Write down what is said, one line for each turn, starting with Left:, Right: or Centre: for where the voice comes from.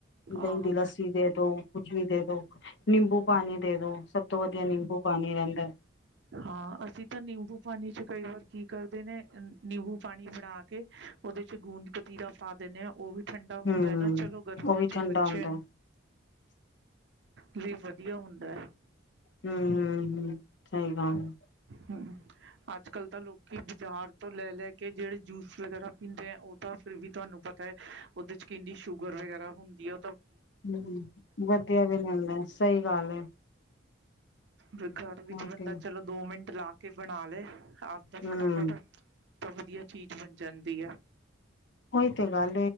Left: ਦਹੀਂ
Right: ਹਾਂ
Left: ਦੀ ਲੱਸੀ ਦੇ ਦੋ ਕੁਛ ਵੀ ਦੇ ਦੋ ਨਿੰਬੂ ਪਾਣੀ ਦੇ ਦੋ ਸਭ ਤੋਂ ਵਧੀਆ ਨਿੰਬੂ ਪਾਣੀ ਰਹਿੰਦਾ।
Right: ਹਾਂ ਅਸੀਂ ਤਾਂ ਨਿੰਬੂ ਪਾਣੀ 'ਚ ਕਈ ਵਾਰ ਕੀ ਕਰਦੇ ਨੇ ਨਿੰਬੂ ਪਾਣੀ ਬਣਾ ਕੇ ਉਹਦੇ 'ਚ ਗੂੰਦ ਕਤੀਰਾ ਪਾ ਦਿੰਦੇ ਹਾਂ ਉਹ ਵੀ ਠੰਡਾ
Left: ਹੂੰ
Right: ਹੁੰਦਾ ਹੈ ਨਾ ਚਲੋ ਗਰਮੀਆਂ
Left: ਉਹ ਵੀ
Right: 'ਚ
Left: ਠੰਡਾ
Right: ਬੱਚੇ
Left: ਹੁੰਦਾ
Right: ਲਈ ਵਧੀਆ ਹੁੰਦਾ ਐ।
Left: ਹੂੰ-ਹੂੰ-ਹੂੰ ਸਹੀ ਗੱਲ ਹੈ।
Right: ਹੂੰ ਅੱਜ ਕੱਲ ਤਾਂ ਲੋਕੀ ਬਾਜ਼ਾਰ ਤੋਂ ਲੈ ਲੈ ਕੇ ਕਿ ਜਿਹੜੇ ਜੂਸ ਵਗੈਰਾ ਪੀਂਦੇ ਏ, ਉਹ ਤਾਂ ਫਿਰ ਵੀ ਤੁਹਾਨੂੰ ਪਤਾ ਏ, ਉਹਦੇ ਕਿੰਨੀ ਸ਼ੂਗਰ ਵਗੈਰਾ ਹੁੰਦੀ ਏ।
Left: ਹੂੰ ਵਧੀਆ ਵੀ ਨੀ ਹੁੰਦਾ ਸਹੀ ਗੱਲ ਏ।
Right: ਤੇ ਘਰ ਵਿੱਚ
Left: ਉਹੀ
Right: ਬੰਦਾ
Left: ਤੇ
Right: ਚਲੋ ਦੋ ਮਿੰਟ ਲਾ ਕੇ ਬਣਾ ਲਏ ਆਪਦਾ
Left: ਹੂੰ
Right: ਫਟਾਫਟ ਤਾਂ ਵਧੀਆ ਚੀਜ਼ ਬਣ ਜਾਂਦੀ ਆ।
Left: ਉਹੀ ਤੇ ਗੱਲ